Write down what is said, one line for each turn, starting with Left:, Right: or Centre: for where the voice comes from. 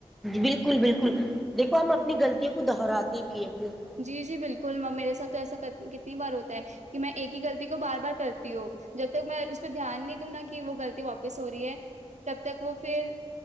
Centre: بالکل بالکل دیکھو ہم اپنی غلطیوں کو دہراتے بھی ہے پھر
Right: جی جی بالکل میرے ساتھ تو ایسا کتنی بار ہوتا کہ میں ایک ہی غلطی کو بار بار کرتی ہوں جب تک میں اس پہ دھیان نہیں دوں نا کہ وہ غلط واپس ہو رہی ہے تب تک وہ پھر